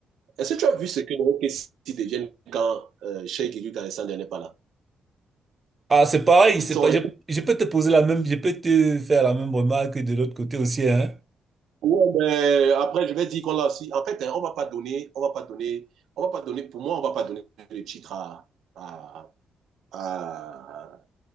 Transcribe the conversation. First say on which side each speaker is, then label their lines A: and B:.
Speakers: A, on the right (about 80°); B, on the right (about 20°).
A: Est-ce que tu as vu ce que les Kessie deviennent quand euh, Sheikh Edu Alexander n'est pas là?
B: Ah, c'est pareil,
A: Ils
B: c'est
A: sont.
B: pas, je, je peux te poser la même, je peux te faire la même remarque de l'autre côté aussi, hein.
A: Ouais, mais après, je vais dire qu'on l'a aussi. En fait, hein, on ne va pas donner, on va pas donner, on va pas donner, pour moi, on ne va pas donner le titre à, à, à,